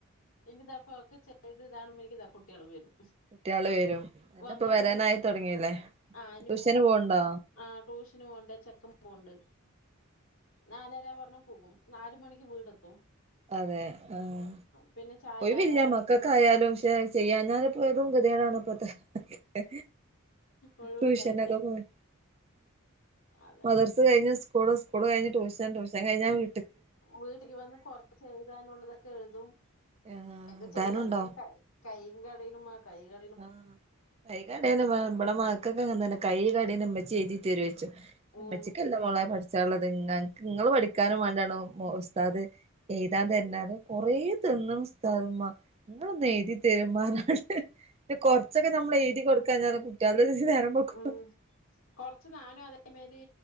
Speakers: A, on the left; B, on the right.
A: പിന്നെ താ പൊക്കെ ചെയ്ത് താണു മ്പേക്കും താ കുട്ടിയേളും വരും
B: കുട്ട്യാള് വരും. ഇന്ന്
A: വന്ന്
B: പ്പൊ വരാനായിത്തൊടങ്ങില്ലേ.
A: ട്യൂഷൻ ആഹ് ഇനിയിപ്പം
B: ട്യൂഷന്
A: മു
B: പോൺണ്ടോ?
A: ആഹ് ട്യൂഷന് പോണ്ട്. ചെക്കം പോണ്ട്. നാലര പറഞ്ഞാപോകും. നാല് മണിക്ക് വീടെത്തും.
B: അതെ ആഹ്.
A: പിന്നെ ചായ
B: ഒഴിവില്ല
A: കാര്യം
B: മക്ക ക്കായാലും ക്ഷെ ചെയ്യാഞ്ഞാലും പ്പതും കെത്യേടാണ് ഇപ്പത്തെ ക്കെ
A: ഒഴിവുണ്ടായി
B: ട്യൂഷനക്കൊ പോയി
A: അതന്നെ
B: മദർസ്സ് കഴിഞ്ഞാ സ്ക്കൂള്, സ്ക്കൂള് കഴിഞ്ഞ് ടൂഷൻ, ടൂഷൻ കഴിഞ്ഞാ വീ
A: വീട്ടിക്കി വന്ന് കൊറച്ച് എഴുതാനുള്ളതൊക്കെ എഴുതും
B: ആഹ്
A: അക്കെ ചെയ്യും.
B: താനുണ്ടോ
A: അതന്നെ കൈ കൈയ്യുംകടേയ്ണ് മ്മാ കൈ ക
B: ആഹ്. കൈ കടേനുമ്മാ ഇബടെ മക്കക്കങ്ങൻ തന്നെ കൈ കടേണു മ്മച്ചെയ്‌തി തരോയ്ച്ചും.
A: ഉം
B: മ്മച്ചിക്കല്ല മോളേ പഠിച്ചാള്ളത് ങ്ങ ങ്ങള് പഠിക്കാനും വാണ്ടിയാണ് മൊ ഉസ്താദ് എയ്താൻ തെര്നാറിം. കൊറേ തെന്ന്ണ് ഉസ്‌ <unintelligible> മ്മാ. ഇങ്ങളൊന്നെഴുതി തെരൊമ്മാ റിഞ്ഞാണ്ട്. കൊറച്ചൊക്കെ നമ്മൾ എഴുതി കൊട് ക്ക തോലെ കുട്ട്യാള് <unintelligible> നേരം വെളുക്കും
A: മ്. കൊർച്ച് ഞാനും അതെ അമേരി